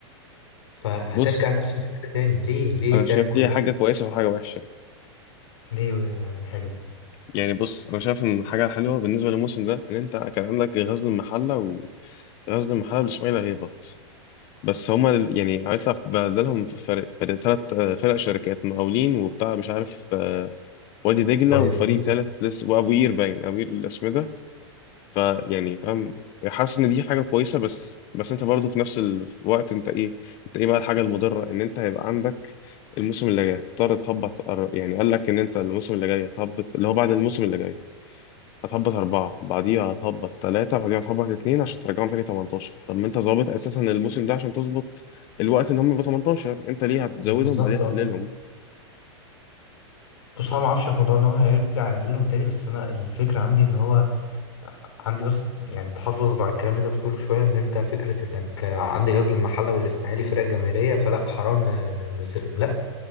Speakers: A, on the left (about 70°); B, on the left (about 25°).
A: فهترجع
B: بص
A: لنفس المشكلة تاني ليه ليه
B: انا
A: بتعمل
B: شايف
A: كل
B: ليها
A: ده
B: حاجة كويسة وحاجة وحشة
A: ليه آه، حلو
B: يعني بص انا شايف ان الحاجة الحلوة بالنسبة للموسم ده ان انت كان عندك غزل المحلة وغزل المحلة والاسماعيلي هيهبط بس هما ال- يعني هيطلع بدلهم فرق فرق ثلاث فرق شركات مقاولين وبتاع مش عارف آه، وادي دجلة
A: وهتت-
B: وفريق ثالث لسه وابو قير باين ابو قير الاسمده فيعني فاهم حاسس ان دي حاجه كويسه بس بس انت برضو في نفس الوقت انت ايه انت ايه بقى الحاجه المضره ان انت هيبقى عندك الموسم اللي جاي هتضطر تهبط أر- يعني قال لك ان انت الموسم اللي جاي هتهبط اللي هو بعد الموسم اللي جاي هتهبط أربعة بعديها هتهبط ثلاثة بعديها هتهبط اتنين عشان ترجعهم تاني 18 طب ما انت ظابط أساسا الموسم ده عشان تظبط الوقت ان هم يبقوا 18 انت ليه هتزودهم
A: بالظبط
B: بعديها تقللهم
A: اه بص هو ما اعرفش في موضوع ان هو هيرجع يقللهم تاني بس انا الفكره عندي ان هو عندي بس يعني تحفظ على الكلام اللي انت بتقوله شويه ان انت فكره انك عندي غزل المحله والاسماعيلي فرق جماهيريه فلا حرام ن- ننزلهم لا